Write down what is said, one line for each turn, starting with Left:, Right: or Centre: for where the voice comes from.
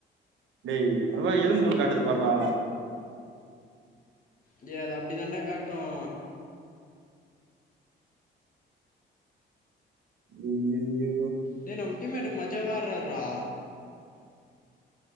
Right: டே அது தா எலும்பு கூடு காட்டுது பாருடா
Left: டே அது அப்டி தாண்டா காட்டும்
Right: ஐயய்யோ
Left: டேநம்ம டீம்மேட்டுக்கு மஜவா ஆடுராரு ரா